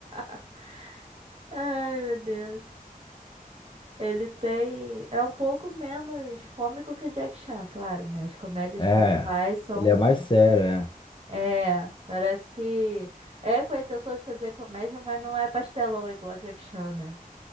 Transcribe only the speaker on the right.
<laughs> Ai, meu Deus. Ele tem. É um pouco menos cômico que o Jack Chan, claro, né? As comédias
que ele faz são.
É, parece que. É com a intenção de fazer comédia, mas não é pastelão igual o Jack Chan, né?